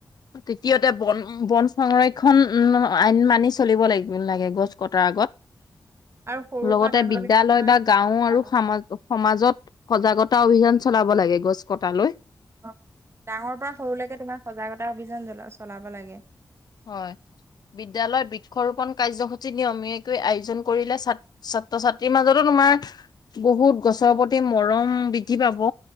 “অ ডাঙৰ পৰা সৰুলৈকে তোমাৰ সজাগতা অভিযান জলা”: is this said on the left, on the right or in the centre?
Right